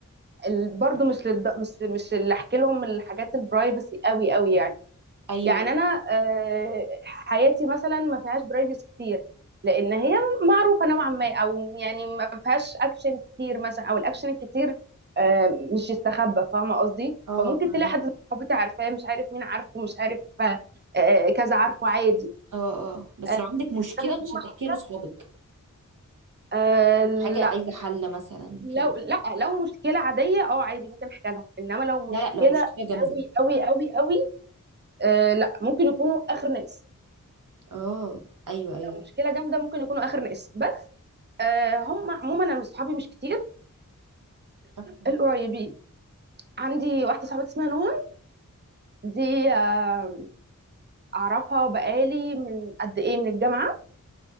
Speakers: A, on the right; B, on the right.
A: ال... برضو مش للد... مش مش اللي احكي لهم الحاجات البرايفسي قوي قوي يعني
B: ايوه
A: يعني انا آه، حياتي مثلا ما فيهاش برايفسي كتير لان هي معروفه نوعا ما او يعني ما فيهاش اكشن كتير مثلا او الاكشن الكتير آه، مش يستخبى فاهمه قصدي
B: اه
A: فممكن
B: فاهمك
A: تلاقي حد من صحابتي عارفاه مش عارف مين عارفه مش عارف آه، كذا عارفه عادي
B: اه اه بس
A: آه،
B: لو عندك مشكله
A: بس انا في
B: مش هتحكيها
A: واحد
B: لاصحابك
A: آه
B: حاجه
A: لا
B: عايزه حل مثلا
A: لو
B: كده
A: لا لو مشكله عاديه اه عادي ممكن احكي لهم انما لو
B: لا
A: مشكله
B: لا لو مشكله جامده
A: قوي قوي قوي قوي آه لا ممكن يكونوا اخر ناس
B: اه ايوه
A: لو مشكله جامده ممكن يكونوا اخر ناس بس آه هم عموما انا صحابي مش كتير
B: ايوه
A: القريبين عندي واحده صاحبتي اسمها نهى دي آه اعرفها بقالي من قد ايه من الجامعه